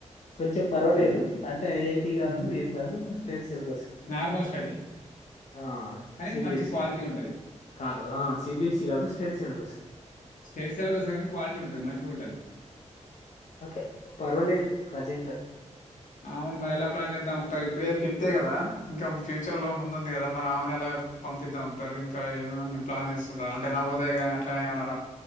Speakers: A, on the left (about 65°); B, on the left (about 90°).
A: కొంచెం పర్వాలేదు
B: అదే.
A: అంటే ఐఐటి కాదు
B: హ్మ్.
A: ఏం కాదు ట్రేడ్ సెల్
B: నార్మల్ స్టడీ.
A: ఆ
B: కానీ
A: సిబిఎస్సి
B: మంచి క్వాలిటీ ఉంటది.
A: కాదు ఆ సిబిఎస్స కాదు స్టేట్ సిలబస్ స్
B: స్టేట్ సిలబస్ కానీ క్వాలిటీ ఉంటది మంచిగ ఉంటది
A: ఓకే పర్వాలేదు ప్రజెంట్
B: అవును మరి ఏలా ప్లాన్ చేద్దాం ఇప్పుడు ఫిఫ్తే కదా ఇంకా ఫ్యూచర్ లో ముందుంది కదా మరి ఆమెన ఎలా పంపిద్దాం ఒకటారు ఇంకా ఏమైన్నా ప్లాన్ ఏస్తుంట్రా అంటే నావోదయ కానీ అట్లానే ఏమైనా